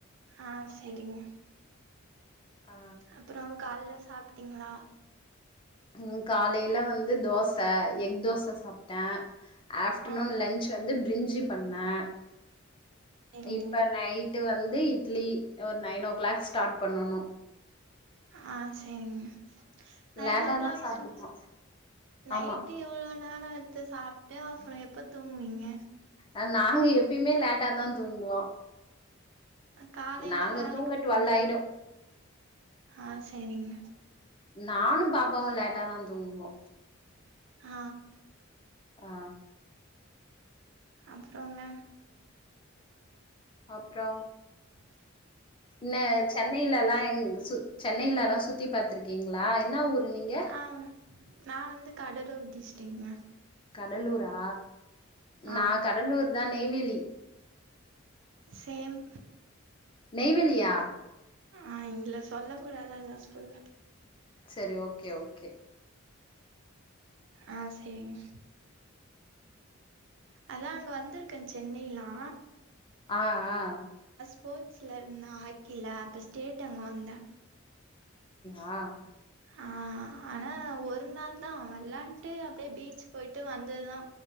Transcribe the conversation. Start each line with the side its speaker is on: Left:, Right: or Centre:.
Right: ஆ செரிங்க
Left: ஆ,
Right: அப்புறொம் கால்லே சாப்ட்டீங்ளா
Left: ம் காலையில வந்து தோச எக் தோச சாப்ட்டே ஆஃப்டர்நூன்
Right: ஆ
Left: லன்ச் வந்து பிரிஞ்சி பண்ணேன்
Right: செரிங்க
Left: இப்ப நைட்டு வந்து இட்லி ஒரு நைன் ஓ கிளாக் ஸ்டார்ட் பண்ணனும்
Right: ஆ சேரிங்க நைன்
Left: லேட்டா
Right: ஓ கிளாக்
Left: தான் சாப்பிடுவோம்
Right: ஸா நைட்டு
Left: ஆமா
Right: இவ்ளோ நேரொ வத்து சாப் ட்டு அப்புறொ எப்ப தூங்குவீங்க
Left: அ நாங்க எப்பயுமே லேட்டாதா தூங்குவோ
Right: காலையில
Left: நாங்க
Right: வேலைக்கு
Left: தூங்க
Right: போனு
Left: டுவல்லாயிடும்
Right: ஆ செரிங்க
Left: நானும் பாப்பாவும் லேட்டாதா தூங்குவோ
Right: ஆ
Left: ஆ
Right: அப்புறங்க
Left: அப்றொ
Right: ஆ
Left: இன்ன சென்னையிலல்லா எங்க சு சென்னையில எல்லா சுத்தி பாத்துருக்கீங்களா என்ன ஊரு நீங்க
Right: ஆ நா வந்து கடலூர் டிஸ்டிக்ங்க
Left: கடலூரா
Right: ஆ
Left: நா கடலூர் தா நெய்வேலி
Right: சேம்
Left: நெய்வேலியா
Right: ஆ இதுல சொல்ல கூடாது அதா சொல்ல
Left: செரி ஓகே ஓகே
Right: ஆ செரிங்க அதா அங்க வந்திருக்கே சென்னைல்லா
Left: ஆ ஆ
Right: ஸ்போர்ட்ஸ்ல இருந்த ஹாக்கில அப்ப ஸ்டேட் அங்க வந்த
Left: ஆ
Right: ஆ ஆனா ஒரு நாள் தா வெளையாண்டு அப்படியே பீச் போயிட்டு வந்ததுதா